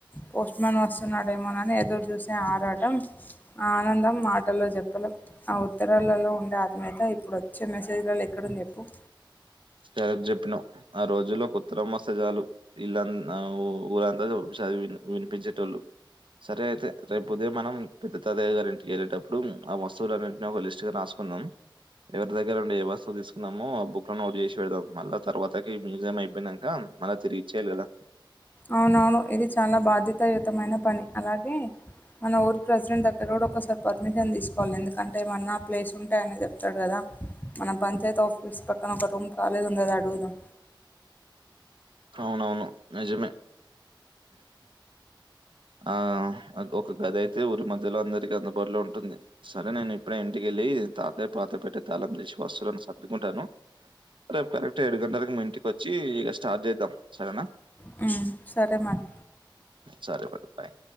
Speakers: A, on the left (about 20°); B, on the right (about 75°).
A: పోస్ట్ మన్ వస్తున్నాడేమోనని ఎదురు చూసి ఆరా ఆ ఆనందం మాటల్లో చెప్పడం ఆ ఉత్తరాలలో ఉండే అయితే ఇప్పుడు వచ్చే మెసేజ్లలో ఎక్కడుంది ఇప్పుడు
B: కరెక్టుగా చెప్పినవ్ ఆ రోజుల్లో ఉత్తరం వస్తే చాలు ఇల్లంత ఊరంతా వినిపించేటోళ్ళు సరే అయితే రేపు ఉదయం మనం పెద్ద తాతయ్య గారింటికి వెళ్ళేటప్పుడు ఆ వస్తువులున్నింటిని ఒక లిస్ట్ గా రాసుకుందాం ఎవరి దగ్గరం ఏ వస్తువు తీసుకున్నామో ఆ బుక్ నోట్ చేసి పెడదాం మళ్ళా తర్వాతకి మ్యూజియం అయిపోయినాక మళ్ళీ తిరిగి ఇచ్చేయాలి కదా
A: అవునవును ఇది చాలా బాధ్యతాయుతమైన పని అలాగే మన ఊరి ప్రెసిడెంట్ దగ్గర కూడా ఒకసారి పర్మిషన్ తీసుకోవాలి ఎందుకంటే ఏమన్నా ప్లేస్ ఉంటే ఆయన చెప్తాడు కదా మన పంచాయత్ ఆఫీస్ పక్కన ఒక రూమ్ కాళిగా ఉంది కదా అడుగుదాం
B: అవునవును నిజమే ఆ ఒక గది అయితే ఊరి మధ్యలో అందరికి అందుబాటులో ఉంటుంది సరే నేను ఇప్పుడే ఇంటికి ళ్ే తాతయ్య పాత పెట్టే తాళం తీసుకొస్తే అన్ని సర్దుకుంటాను రేపు కరెక్ట్ ఏడు గంటలకి మీ ఇంటికి వచ్చి ఇక స్టార్ట్ చేద్దాం సరేనా
A: హు సరే మరి
B: సరే మరి బాయ్